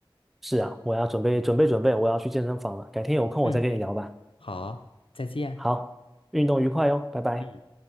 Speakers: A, in the centre; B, on the left (about 75°).
A: 是啊，我要准备准备准备，我要去健身房了。改天有空我再跟你聊吧。
B: 嗯，好，再见。
A: 好，运动愉快哟，拜拜。
B: 嗯。